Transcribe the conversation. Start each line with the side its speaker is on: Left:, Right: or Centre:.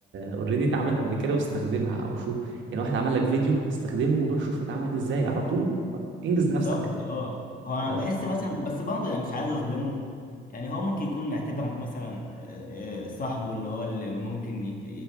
Right: اوريدي اتعملت قبل كده واستخدمها او شوف يعني واحد عمل لك فيديو استخدمه وروح شوف اتعملت ازاي على طول انجز
Left: بالظبط
Right: نفسك
Left: اه هو انا
Right: آه،
Left: بحس مثلا بس برضه يعني مش عايز اظلمه يعني هو ممكن يكون معتبرك مثلا آه، آه، صاحبه اللي هو اللي ممكن يت-